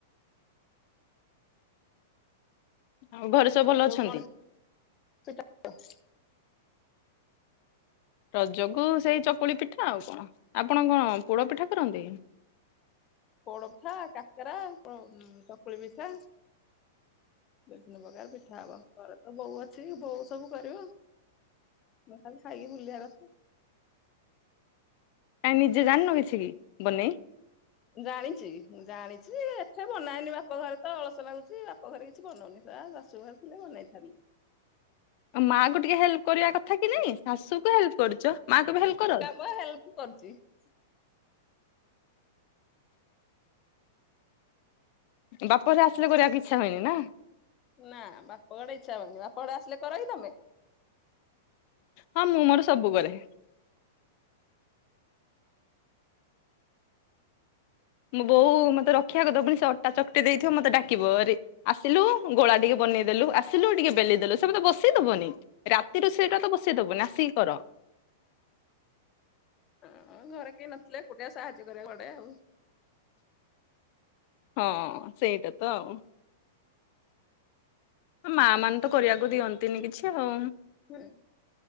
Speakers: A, on the left; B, on the left.
A: ହୁଁ।
B: ଆଉ ଘରେ ସବୁ ଭଲ
A: ରାଜ
B: ଅଛନ୍ତି?
A: କୁ କଣ <unintelligible>
B: ରଜକୁ ସେଇ ଚକୁଳି ପିଠା ଆଉ କଣ ଆପଣ କଣ ପୋଡ଼ ପିଠା କରନ୍ତି?
A: ପୋଡ଼ପିଠା କାକାରା <unintelligible> କୁଳି ପିଠା ବିଭିନ୍ନ ପ୍ରକାର ପିଠା ହବ ଘରେ ତ ବୋଉ ଅଛି ବୋଉ ସ ସବୁ କରିବ ମୁ ଖାଲି ଖାଇକି ବୁଲିଆ କଥା।
B: କାଇହିଁ ନିଜେ ଜାଣିନୁ କିଛି କି ବନେଇ?
A: ଜାଣିଛି ଜାଣିଛି ଏଠେ ବନାଏନି ବାପ ଘରେ ତ ଅଳସ ଲାଗୁଛି ବାପ ଘରେ କି କିଛି ବନଉନି ସା ଶାଶୁ ଘରେ ଥିଲେ ବନେଇଥାନ୍ତି।
B: ମାଆ କୁ ଟିକେ ହେଲ୍ପ କରିବା କଥା କି ନାଇଁ ଶାଶୁ କୁ ହେଲ୍ପ କରୁଛ ମାଆ କୁ ବି ହେଲ୍ପ କର।
A: ମ ହେଲପ୍ <unintelligible>
B: ବାପ ଘରେ ଆସିଲେ କରିବାକୁ ଇଚ୍ଛା ହୁଏନି ନା।
A: ନା ବାପଘଡେ଼ ଇଛା ହଉନି ବାପଘଡେ଼ ଆସେ କର କିି ତମେ?
B: ହଁ ମୁଁ ମୋର ସବୁ କରେ। ମୁଁ ବୋଉ ମତେ ରଖିବାକୁଦବ ପୁଣି ସେ ଅଟା ଚକଟି ଦେଇଥିବ ମତେ ଡାକିବ ରେ ଆସିଲୁ ଗୋଳା ଟିକେ ବନେଇଦେଲୁ ଆସିଲୁ ଟିକେ ବେଲିଦେଲୁ ସେମତେ ବସେଇଦବନି। ରାତିରୁ ସେଇଟା ତ ବସେଇ ଦବୁ ନାଆସିକି କର।
A: ହଁ ଘରେ କେହି ନଥିଲେ ଏକୁଟିଆ ସାହାଯ୍ୟ କରିବା ପଡ଼େ ଆଉ।
B: ହଁ ସେଇଟା ତ ଆଉ। ମା ମାନେ ତ କରିବାକୁ ଦିଅନ୍ତିନି କିଛି ଆଉ।
A: ହୁଁ।